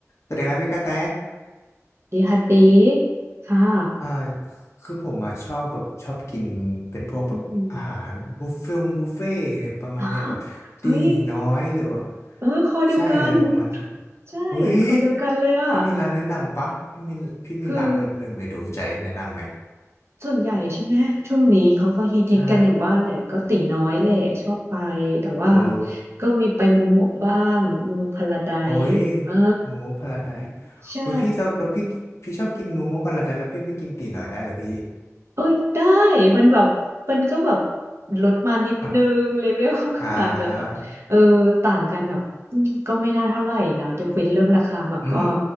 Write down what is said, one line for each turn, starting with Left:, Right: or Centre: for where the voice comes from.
Left: สวัสดีครับพี่กระแต
Right: ดีค่ะตีค่ะ
Left: อ่าคือผมอ่ะชอบแบบชอบกินเป็นพวกแบบอาหารบุฟเฟ่ต์บุฟเฟ่ต์อย่างเงี้ยประมาณเนี้ยแบบตีน้อยหรือว่า
Right: อืมอ้าเฮ้ย เออ คอเดียวกัน
Left: ใช่อะไรประมาณนี้
Right: ใช่
Left: เฮ้ย
Right: คอเดียวกันเลยอ่ะ
Left: พี่มีร้านแนะนำปะพี่มีพี่มีร้านแบบหนึ่งในดวงใจแนะนำไหม
Right: คือ ส่วนใหญ่ใช่ไหม ช่วงนี้เขาก็ฮิตฮิตกันอย่างว่าแหละก็ตีน้อยแหละชอบไป
Left: ใช่
Right: แต่ว่า
Left: โอ้
Right: ก็มีไปโมโมะบ้างโมโมพาราไดซ์เออ
Left: โอ้ยโมโมพาราไดซ์
Right: ใช่
Left: โอ้ยพี่แล้วแล้วพี่พี่ชอบกินโมโมพาราไดซ์แล้วพี่ไม่กินตีน้อยได้เหรอพี่
Right: เอ้ยได้มันแบบมันก็แบบลดมานิดนึงเลเวล
Left: อ่ะ
Right: <laughs> ก็อาจจะแบบเออต่างกันแบบอืมก็ไม่น่าเท่าไหร่นะยกเว้นเรื่องราคาแบบก็
Left: อ่าอืม